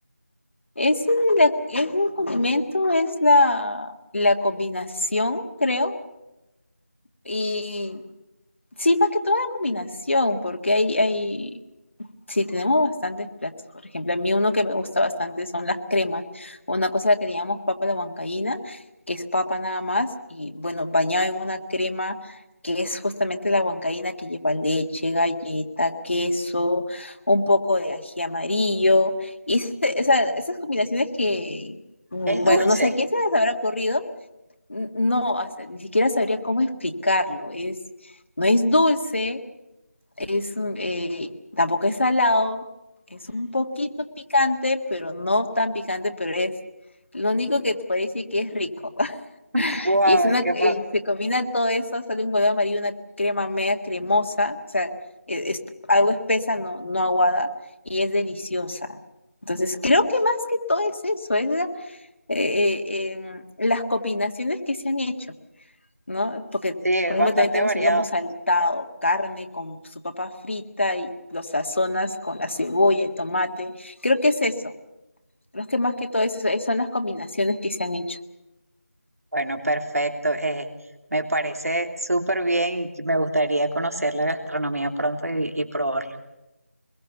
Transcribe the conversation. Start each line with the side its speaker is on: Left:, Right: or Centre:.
Left: Es la, es el condimento, es la, la combinación, creo. Y sí, más que todo la combinación, porque hay, hay Sí, tenemos bastantes platos. Por ejemplo, a mí uno que me gusta bastante son las cremas. Una cosa la que llamamos papa a la huancaína, que es papa nada más, y bueno, bañada en una crema que es justamente la huancaína que lleva leche, galleta, queso, un poco de ají amarillo. Y ese- esa- esas combinaciones que, mm,
Right: Es dulce.
Left: bueno, no sé a quién se les habrá ocurrido. n- No, o sea, ni siquiera sabría cómo explicarlo. Es, no es dulce es, un- eh, tampoco es salado, es un poquito picante, pero no tan picante, pero es lo único que te puede decir que es rico. <laughs>
Right: <laughs> Wow,
Left: Y es una,
Right: qué
Left: y
Right: pro-
Left: se combina todo eso, sale un color amarillo, una crema media cremosa, o sea, e- es, algo espesa, no, no aguada, y es deliciosa. Entonces, creo que más que todo es eso, es la- eh, eh, em, las combinaciones que se han hecho. ¿no? Porque,
Right: sí, es
Left: por ejemplo,
Right: bastante
Left: también tenemos
Right: variado.
Left: el lomo saltado, carne con su papa frita y los sazonas con la cebolla y tomate. Creo que es eso. Creo que más que todo es eso, es- son las combinaciones que se han hecho.
Right: Bueno, perfecto. Eh, me parece súper bien y me gustaría conocer la gastronomía pronto y, y probarla.